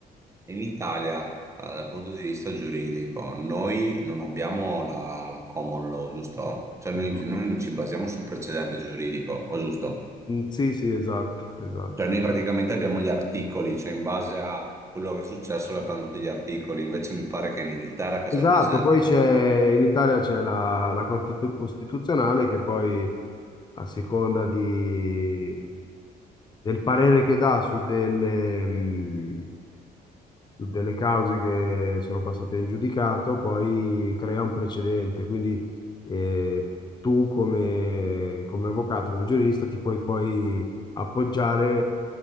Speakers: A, on the right; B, on the left.
A: in Italia, eh, dal punto di vista giuridico, noi non abbiamo la, la common law, giusto? Cioè noi,
B: no.
A: noi non ci basiamo sul precedente giuridico, o giusto?
B: Mm, Sì, sì, esatto, esatto.
A: Cioè noi praticamente abbiamo gli articoli, cioè in base a quello che è successo per prendere tutti gli articoli, invece mi pare che in Inghilterra che
B: Esatto,
A: c'è il precedente
B: poi
A: del
B: c'è
A: PD.
B: in Italia c'è la, la Corte Costitu- Costituzionale che poi a seconda di- del parere che dà su delle, mh, su delle cause che sono passate in giudicato, poi crea un precedente. Quindi eh, tu come, come avvocato, come giurista, ti puoi poi appoggiare